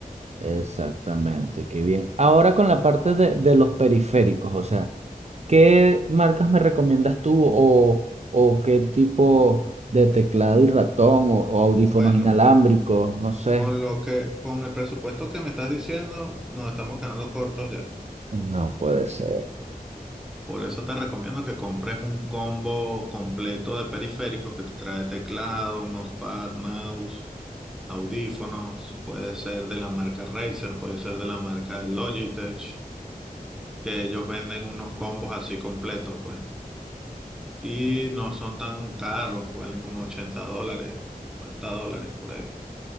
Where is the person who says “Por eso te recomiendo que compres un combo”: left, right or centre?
Centre